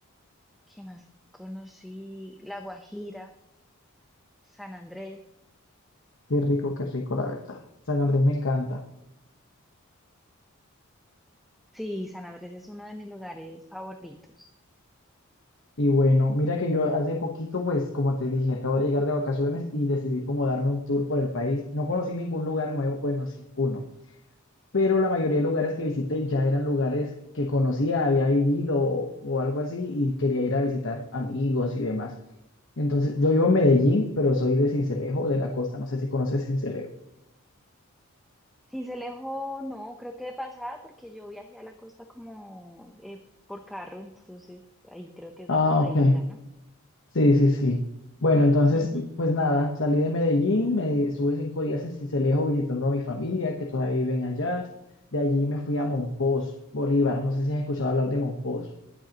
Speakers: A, in the centre; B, on the left.
A: ¿qué más? Conocí La Guajira, San Andrés.
B: Qué rico, qué rico, la verdad. San Andrés me encanta.
A: Sí, San Andrés es uno de mis lugares favoritos.
B: Y bueno, mira que yo hace poquito, pues como te dije, acabo de llegar de vacaciones y decidí como darme un tour por el país. No conocí ningún lugar nuevo, bueno, sí, uno, pero la mayoría de lugares que visité ya eran lugares que conocía, había vivido o, o algo así y quería ir a visitar amigos y demás. Entonces, yo vivo en Medellín, pero soy de Sincelejo, de la costa, no sé si conoces Sincelejo.
A: Sincelejo, no, creo que de pasada porque yo viajé a la costa como eh, por carro, entonces ahí creo que es
B: Ah,
A: de pasadita,
B: ok.
A: ¿no?
B: Sí, sí, sí. Bueno, entonces,
A: Ujú.
B: pues nada, salí de Medellín, me estuve cinco días en Sincelejo visitando a mi familia que todavía viven allá. De allí me fui a Monpós, Bolívar. No sé si has escuchado hablar de Monpós.